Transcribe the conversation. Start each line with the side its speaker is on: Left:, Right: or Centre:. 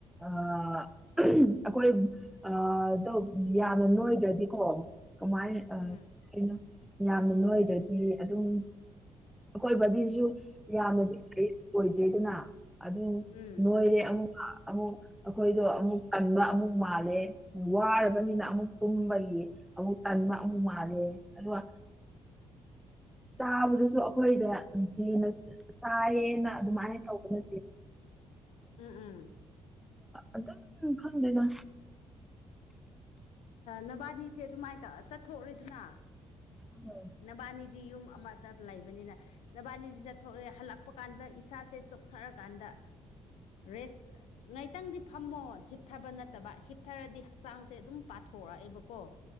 Centre: ꯑ ꯑꯩꯈꯣꯏ ꯑ ꯌꯥꯝꯅ ꯅꯣꯏꯗ꯭ꯔꯗꯤ ꯀꯣ ꯀꯃꯥꯏꯅ
Left: ꯎꯝ
Centre: ꯅꯣꯏꯗꯗꯤ ꯑꯗꯨꯝ ꯑꯀꯣꯏꯕꯗꯤꯁꯨ ꯌꯥꯝꯅꯗꯤ ꯑꯣꯏꯗꯦꯗꯅ ꯑꯗꯨꯝ
Left: ꯎꯝ
Centre: ꯅꯣꯏꯔꯦ ꯑꯃꯨꯛ ꯑꯃꯨꯛ ꯑꯩꯈꯣꯏꯗꯣ ꯑꯃꯨꯛ ꯀꯟꯕ ꯑꯃꯨꯛ ꯃꯥꯜꯂꯦ ꯋꯥꯔꯕꯅꯤꯅ ꯑꯃꯨꯛ ꯇꯨꯝꯕꯒꯤ ꯑꯃꯨꯛ ꯇꯟꯕ ꯑꯃꯨꯛ ꯃꯥꯜꯂꯦ ꯑꯗꯨꯒ ꯆꯥꯕꯗꯨꯁꯨ ꯑꯩꯈꯣꯏꯗ ꯍꯦꯟꯅ ꯆꯥꯏꯌꯦꯅ ꯑꯗꯨꯃꯥꯏꯅ ꯇꯧꯕꯅ
Left: ꯎꯝ ꯎꯝ
Centre: ꯑꯗꯨꯝ ꯈꯪꯗꯦꯗꯥ
Left: ꯅꯕꯥꯅꯤꯁꯦ ꯑꯗꯨꯃꯥꯏꯅ ꯇꯧꯔ ꯆꯠꯊꯣꯛꯎꯔꯤꯗꯅ
Centre: ꯎꯝ
Left: ꯅꯕꯥꯅꯤꯗꯤ ꯌꯨꯝ ꯑꯃꯗ ꯂꯩꯕꯅꯤꯅ ꯅꯕꯥꯅꯤꯁꯤ ꯆꯠꯊꯣꯛꯂꯦ ꯍꯜꯂꯛꯄ ꯀꯥꯟꯗ ꯏꯁꯥꯁꯦ ꯆꯣꯛꯊꯔꯀꯥꯟꯗ ꯔꯦꯁ ꯉꯥꯏꯇꯪꯗꯤ ꯐꯝꯃꯣ ꯍꯤꯞꯊꯕ ꯅꯠꯇꯕ ꯍꯤꯞꯊꯔꯗꯤ ꯍꯛꯆꯥꯡꯁꯦ ꯑꯗꯨꯝ ꯄꯥꯊꯣꯛ ꯊꯣꯛꯣꯔꯛꯑꯦꯕꯀꯣ